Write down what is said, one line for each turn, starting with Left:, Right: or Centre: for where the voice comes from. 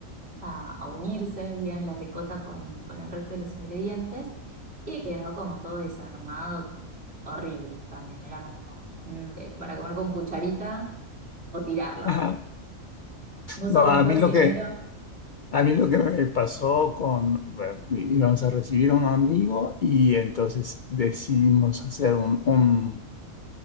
Right: a, a unirse bien la ricota con, con el resto de los ingredientes y quedó como todo desarmado, horrible también. Era como mm, que para comer con cucharita o tirarlo.
Left: <laughs> Ajá.
Right: Vos
Left: No,
Right: sos
Left: a
Right: buen cocinero,
Left: mí lo que, a mí lo que me pasó con, bueno, íbamos a recibir a un amigo y entonces decidimos hacer un, un,